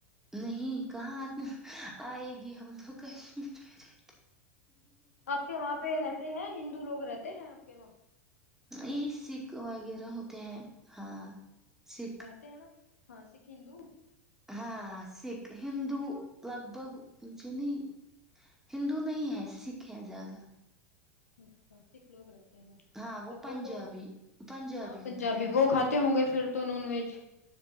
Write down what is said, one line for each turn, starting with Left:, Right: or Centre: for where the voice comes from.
Centre: نہیں کہاں آ آئے گی ہم تو کشمیر میں رہتے
Left: آپ کے وہاں پہ رہتے ہیں ہندو لوگ رہتے ہیں آپ کے وہاں
Centre: یہی سکھ وغیرہ ہوتے ہیں ہاں سکھ
Left: وتے ہیں نا ہاں سکھ ہندو
Centre: ہاں سکھ ہندو لگ بگ مجھے نہیں ہندو نہیں ہے سکھ ہیں زیادہ
Left: اچھا سھ لوگ رہتے
Centre: ہاں
Left: تو وہ
Centre: پنجابی
Left: تو ہاں پنجابی
Centre: ہوتا ہے ان
Left: وہ کھاتے ہوں گے پھر تو نان ویج